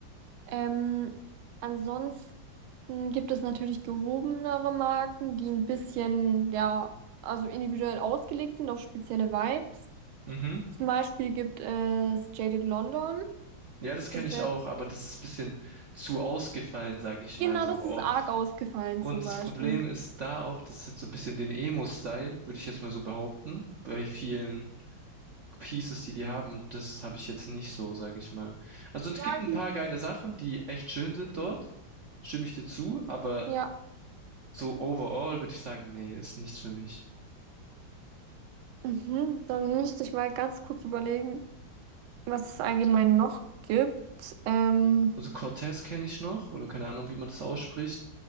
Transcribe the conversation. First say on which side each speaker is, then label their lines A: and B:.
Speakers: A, on the right (about 80°); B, on the right (about 65°).
A: Ähm, ansonsten Dann Gibt es natürlich gehobenere Marken, die ein bisschen, ja, also individuell ausgelegt sind auf spezielle Vibes.
B: Mhm.
A: Zum Beispiel gibt es Jaded London.
B: Ja, das kenne
A: Das
B: ich
A: wäre,
B: auch, aber das ist ein bisschen zu ausgefallen, sage ich
A: genau,
B: mal so
A: das
B: oft.
A: ist arg ausgefallen
B: Und
A: zum Beispiel.
B: das Problem ist da auch, das ist jetzt so ein bisschen den Emo-Style, würde ich jetzt mal so behaupten, bei vielen Pieces, die die haben. Und das habe ich jetzt nicht so, sage ich mal. Also es
A: Ja,
B: gibt ein
A: gen-
B: paar geile Sachen, die echt schön sind dort. stimme ich dir zu, aber
A: ja.
B: so overall würde ich sagen, nee, ist nichts für mich.
A: Mhm. Dann müsste ich mal ganz kurz überlegen, was es allgemein noch gibt. Ähm,
B: Also Cortez kenne ich noch, oder keine Ahnung, wie man das ausspricht,